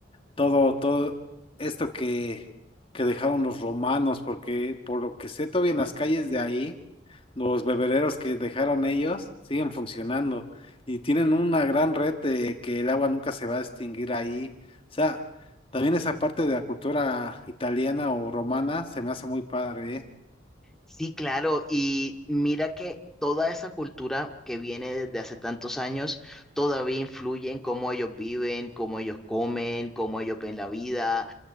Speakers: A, on the left (about 30°); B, in the centre.
A: todo, todo esto que, que dejaron los romanos, porque por lo que sé, todavía en las calles de ahí. Los bebederos que dejaron ellos siguen funcionando y tienen una gran red de que el agua nunca se va a extinguir ahí. O sea, también esa parte de la cultura italiana o romana se me hace muy padre, ¿eh?
B: Sí, claro, y mira que toda esa cultura que viene desde hace tantos años todavía influye en cómo ellos viven, cómo ellos comen, cómo ellos ven la vida